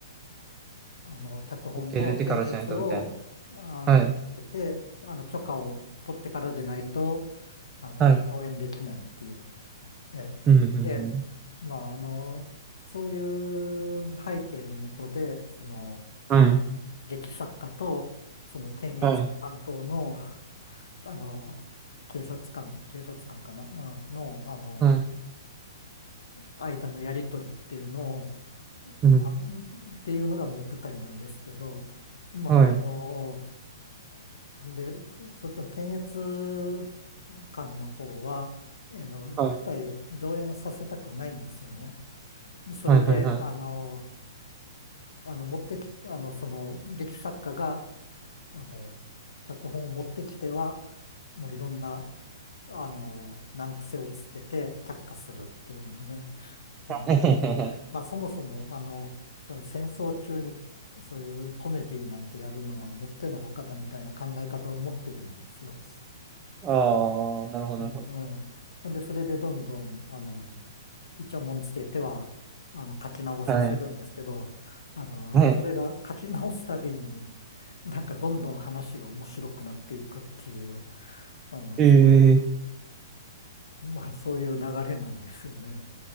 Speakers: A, on the left; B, on the right.
A: あの、脚本の検閲を、
B: 受け入れてからじゃないとみたいな。
A: あの、
B: はい。
A: 得て、あの、許可を取ってからでないと、あの、
B: はい。
A: 上演できないっていう。え
B: うん、うん、うん。
A: え、で、まあ、あの、そういう背景のもとで、その、
B: はい。
A: 劇作家と、その検閲担当の、
B: はい。
A: あの、警察官、警察官かな、うん、の、あの、
B: はい。
A: 間のやりとりっていうのを、
B: うん。
A: まあ、っていうのがもう舞台なんですけど、まあ、
B: はい。
A: あの、で、そっちの検閲官の方は、あの、舞台を上演させたくないんですよね。
B: はい。
A: でそれで、
B: はいはいはい。
A: あの、あの、持ってき、あの、その、劇作家が、あの、脚本を持ってきては、もういろんな、あの、難癖をつけて却下するっていうのね。うん
B: <laughs>
A: ええまあ、そもそも、あの、そういう戦争中に、そういうコメディなんてやるのはもってのほかだみたいな考え方を持ってるんですよ。
B: ああ、なるほど、
A: うん、
B: なるほど。
A: うん。ほんで、それでどんどん、あの、イチャモンつけては、あの、書き直させるんですけど、
B: はい。
A: あの、
B: はい。
A: それが書き直すたびに、<laughs> なんかどんどん話が面白くなっていくっていう、あの、
B: ええ
A: そういう、まあ、そういう流れなんですよね。